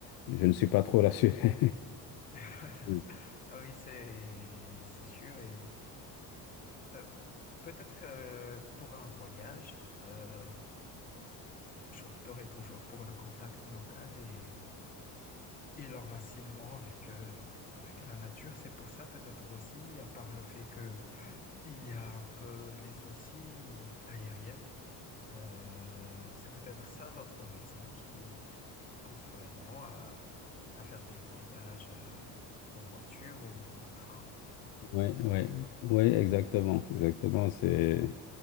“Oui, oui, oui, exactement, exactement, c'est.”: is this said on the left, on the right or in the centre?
Left